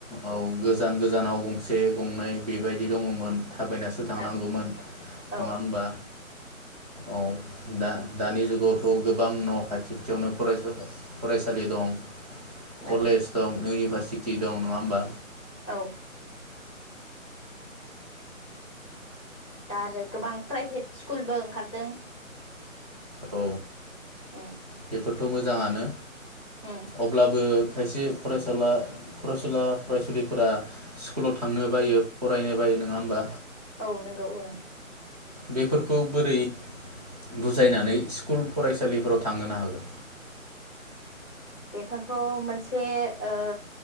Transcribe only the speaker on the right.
औ गोजान गोजानाव गंसे गंनै बेबाय दंमोन थायबायनानैसो थांनांगौमोन
नङा
होनबा औ दा-दानि जुग। गथ' गोबां न' खाथि खाथियावनो फरासा फरायसालि दं। कलेज
दं इउनिभारस थि दं नङा होमबा?
औ
बेफोर थ मोजाङानो
अब्लाबो खायसे फरायसुला फरायसुला फरायसुलिफोरा स्कुलाव थांनो बायो। फरायनो बायो नङा होमबा?
बेफोरखौ बोरै बुजायनानै स्कुल फरायसालिफोराव थांहोनो हागोन।